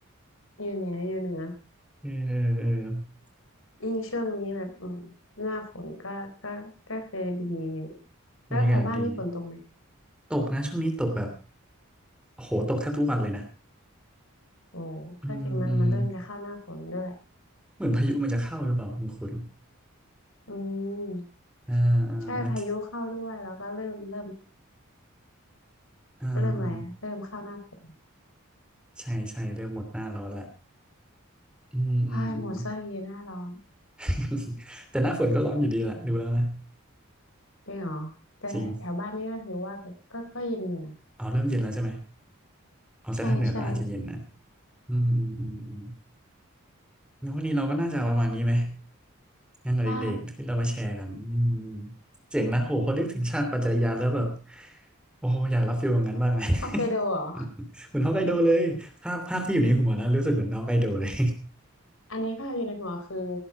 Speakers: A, on the left; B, in the centre.
A: อยู่เหนืออยู่เหนือ
B: เออเออเออ
A: ยิ่งช่วงนี้แบบอืมหน้าฝนก็ก็ก็คือดีอยู่แล้วแถวบ้านนี่ฝนตกไหม
B: บรรยากาศดีตกนะช่วงนี้ตกแบบโอ้โหตกแทบทุกวันเลยนะ
A: โอ้ก็จริงมันมันเริ่มจะเข้าหน้าฝนด้วยแหละ
B: อืมอืมเหมือนพายุมันจะเข้าหรือเปล่าคุณคุณ
A: อืม
B: อ่าอ่าอ่
A: ใช่พายุเข้าด้วยแล้วก็เริ่มเริ่ม
B: าอ่า
A: เริ่มอะไรเริ่มเข้าหน้าฝน
B: ใช่ใช่เริ่มหมดหน้าร้อนละอืมอืมอืม
A: พายหมดสักทีหน้าร้อน
B: <laughs> แต่หน้าฝนก็ร้อนอยู่ดีแหละดูแล้วนะ
A: จริงเหรอแต่แถวบ้านนี่ก็ถือว่าแบบก็ก็เย็นอยู่นะ
B: จริงอ๋อเริ่มเย็นแล้วใช่ไหม เอาแต่ถ้าเหนือก็อาจจะเย็นนะ
A: ใช่ใช่
B: อืมอืมอืมอืมงั้นวันนี้เราก็น่าจะประมาณนี้ไหมงานอดิเรกที่เรามาแชร์กันอืม
A: ได้
B: เจ๋งนะโหพอนึกถึงชาติปัจจัยยานแล้วแบบโอ้โหอยากรับฟีลแบบนั้นบ้างไง
A: ฮอกไกโดเหรอ
B: <laughs> เหมือนฮอกไกโดเลยภาพภาพที่อยู่ในหัวนะรู้สึกเหมือนฮอกไกโดเลย
A: อันนี้ภาพอยู่ในหัวคือ